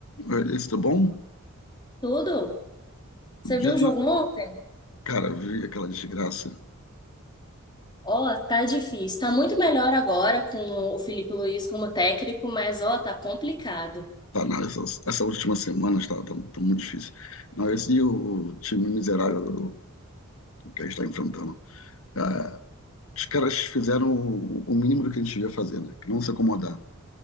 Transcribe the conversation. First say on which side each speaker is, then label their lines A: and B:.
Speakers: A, on the left; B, on the left.
A: Oi, Alice, bom?
B: Tudo? Você
A: Diz-
B: viu o jogo ontem?
A: Cara, vi aquela desgraça.
B: Ó, tá difícil. Tá muito melhor agora com o Felipe Luiz como técnico, mas ó, tá complicado.
A: Tá, na essa, essa última semana está tá, tá muito difícil. Não, esse e o, o time miserável que a gente está enfrentando. Ah, os caras fizeram o, o mínimo do que a gente ia fazer, né? Que não se acomodar. O